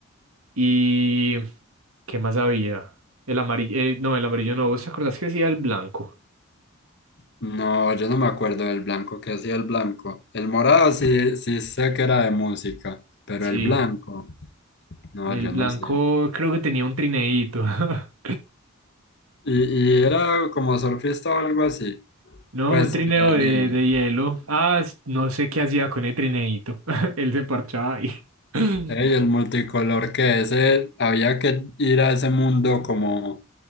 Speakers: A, on the right; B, on the left.
A: ¿Y qué más había? El amarillo, eh, no, el amarillo no. ¿Vos te acordás que hacía el blanco?
B: No, yo no me acuerdo del blanco, que hacía el blanco. El morado sí, sí sé que era de música, pero
A: Sí,
B: el blanco, no,
A: el
B: yo
A: blanco
B: no sé.
A: creo que tenía un trineíto. <laughs>
B: Y, y era como surfista o algo así.
A: No,
B: Pues,
A: un trineo
B: pero
A: de,
B: de niño.
A: de hielo. Ah, s- no sé qué hacía con el trineíto. <laughs> Él se parchaba ahí. <laughs>
B: Ey, el multicolor que ese, había que ir a ese mundo como,